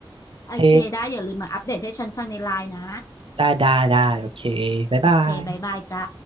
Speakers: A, on the left; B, on the right.
A: โอเคได้อย่าลืมมาอัปเดตให้ฉันฟังในไลน์นะ
B: โอเคได้ได้ได้โอเคบ๊ายบาย
A: โอเคบายบายจ้า